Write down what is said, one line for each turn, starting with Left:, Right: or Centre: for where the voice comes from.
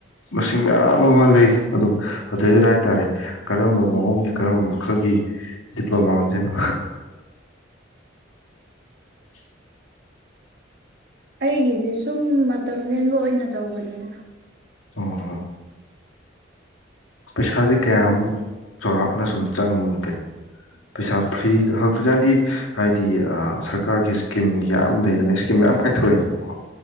Left: ꯃꯁꯤꯡ ꯃꯌꯥꯝ ꯑꯃ ꯂꯩ ꯑꯗꯣ ꯑꯗꯨꯗꯩꯗꯨꯗ ꯍꯥꯏꯇꯥꯔꯦ ꯀꯔꯝꯕ ꯃꯑꯣꯡꯒꯤ ꯀꯔꯝꯕ ꯃꯈꯜꯒꯤ ꯗꯤꯄ꯭ꯂꯣꯃꯥ ꯑꯣꯏꯗꯣꯏꯅꯣ <inaudible>
Right: ꯑꯩꯒꯤꯁꯦ ꯁꯨꯝ ꯃꯇꯝ ꯂꯦꯟꯕ ꯑꯣꯏꯅ ꯇꯧꯕꯅꯤꯗ
Left: ꯑꯣ ꯄꯩꯁꯥꯗꯤ ꯀꯌꯥꯃꯨꯛ ꯆꯥꯎꯔꯥꯛꯅ ꯁꯨꯝ ꯆꯪꯗꯦ ꯄꯩꯁꯥ ꯐ꯭ꯔꯤꯗ ꯍꯧꯖꯤꯛꯀꯥꯟꯗꯤ ꯍꯥꯏꯗꯤ ꯁꯔꯀꯥꯔꯒꯤ ꯏꯁꯀꯤꯝ ꯌꯥꯝ ꯂꯩꯗꯅ ꯏꯁꯀꯤꯝ ꯃꯌꯥꯝ ꯀꯥꯏꯊꯣꯔꯛꯏꯗꯅꯀꯣ